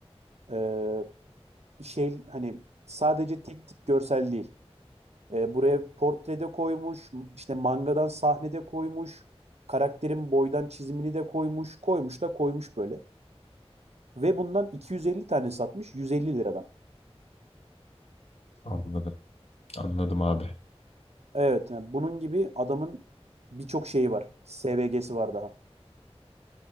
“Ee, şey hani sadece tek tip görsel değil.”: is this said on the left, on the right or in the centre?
Right